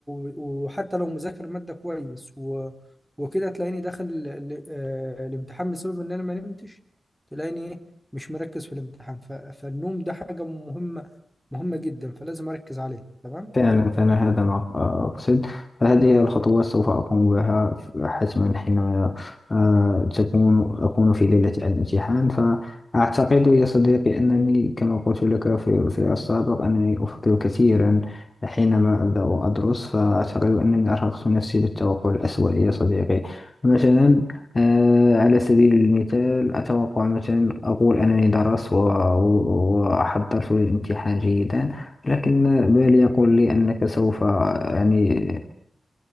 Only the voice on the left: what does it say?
فعلا فعلا هذا ما أقصد فهذه هي الخطوات سوف أقوم بها حتما حينما آه، تكون أكون في ليلة الامتحان فأعتقد يا صديقي أنني كما قلت لك في, في السابق أنني أفكر كثيرا حينما أبدأ أدرس فأعتقد أنني أرهقت نفسي بالتوقع الأسوأ يا صديقي مثلا آه، على سبيل المثال أتوقع مثلا أقول أنني درست و- و- وأحضرت للامتحان جيدا لكن بالي يقول لي أنك سوف يعني